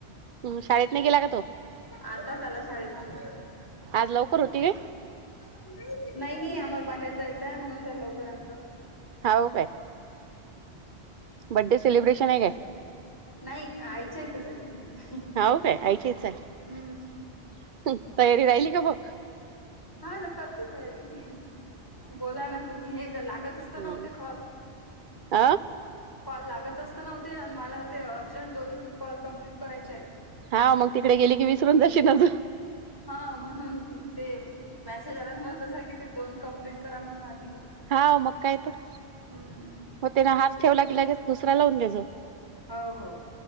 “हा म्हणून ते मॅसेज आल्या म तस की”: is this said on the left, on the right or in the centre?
Left